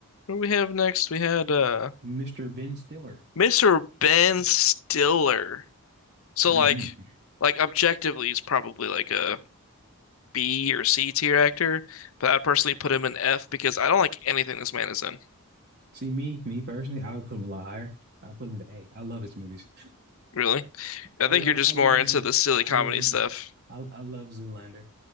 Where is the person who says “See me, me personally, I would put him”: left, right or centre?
Right